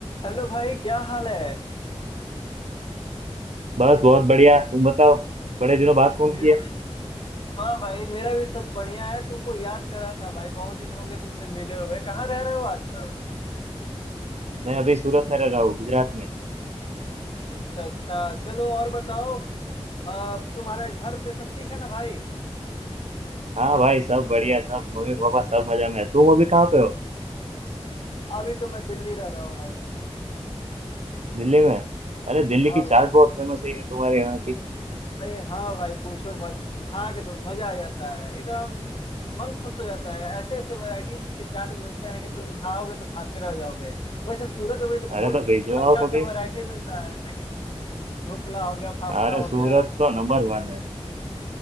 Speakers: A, on the left; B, on the right.
A: Hello भाई क्या हाल है
B: बस बहुत बढ़िया तुम बताओ बड़े दिनों बाद फोन
A: मेरा
B: किया
A: भी हाँ भाई मेरा भी सब बढ़िया है तुमको याद करा था भाई बहुत दिन हो गया तुमसे मिले हुए कहाँ रह रहे हो आजकल
B: मैं अभी सूरत में रह रहा हूँ गुजरात में
A: अच्छा अच्छा चलो और बताओ अब तुम्हारे घर पे सब ठीक है ना भाई
B: हाँ भाई सब बढ़िया सब मम्मी पापा सब मजा में है तुम अभी कहाँ पे हो
A: अभी तो मैं दिल्ली रह रहा हूँ भाई
B: दिल्ली में अरे दिल्ली
A: हाँ
B: की चाट
A: भाई
B: बहुत फेमस है यार तुम्हारे यहाँ की
A: अरे हाँ भाई पूछो मत खा के तो मजा आ जाता है एकदम मन खुश हो जाता है ऐसे ऐसे वैरायटीज के चाट मिलते हैं कि तुम खाओगे तो खाते रह जाओगे वैसे सूरत में भी तो बहुत
B: अरे तो भेजो
A: अच्छा
B: आओ
A: अच्छा
B: कभी
A: वैरायटी मिलता है है कि नहीं ढोकला हो गया फाफड़ा
B: अरे
A: हो गया
B: सूरत तो नंबर वन है